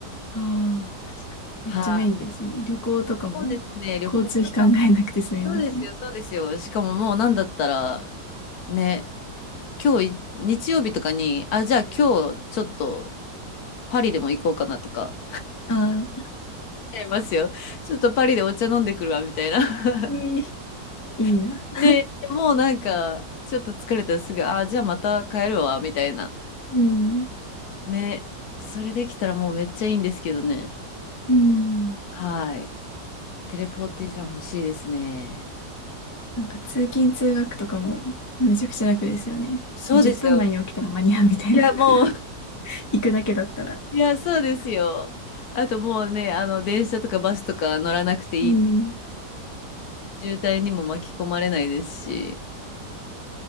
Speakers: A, on the left (about 20°); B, on the left (about 70°).
A: ああ、確かに。めっちゃ便利ですね。
B: はい。
A: 旅行とかも交通費考えなくて済みますね。
B: そうですね、旅行とかそうですよ、そうですよ。しかももうなんだったら、ね、今日い、日曜日とかに、あ、じゃあ今日ちょっとパリでも行こうかなとか、
A: ああ、
B: 思いますよ。ちょっとパリでお茶飲んでくるわ、みたいな。
A: えー <laughs> いいな。
B: <laughs>
A: <laughs>
B: で、もうなんか、ちょっと疲れたらすぐ、あ、じゃあまた帰るわ、みたいな。
A: うん。
B: ね、それできたらもうめっちゃいいんですけどね。
A: うん。
B: はい。テレポーテーション欲しいですね。
A: なんか通勤通学とかもめちゃくちゃ楽ですよね。
B: そうですよ。
A: もう10分前に起きたら間に合うみたいな。
B: いや、もう
A: <laughs> 行くだけだったら。
B: いや、そうですよ。あともうね、あの、電車とかバスとか乗らなくていい。
A: うん、
B: 渋滞にも巻き込まれないですし。